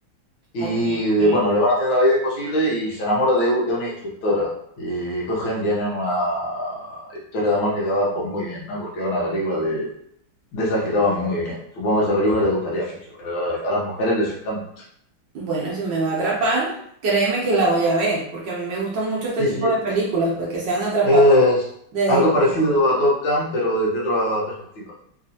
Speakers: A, on the left (about 70°); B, on the right (about 65°).
A: Y
B: Ok, ok.
A: de- bueno, le van haciendo la vida imposible y se enamora de, u- de una instructora. Y cogen, tienen una historia de amor que acaba pues, muy bien, ¿no? Porque es una película de, de esas que acaban muy bien. Supongo que esa película te gustaría mucho. A, a las mujeres les encanta.
B: Bueno, si me va a atrapar, créeme que la voy a ver, porque a mí me gustan mucho este
A: Sí,
B: tipo
A: sí.
B: de películas, pues que sean atrapadas
A: Es
B: desde
A: algo
B: el
A: parecido a Top Gun, pero desde otra perspectiva.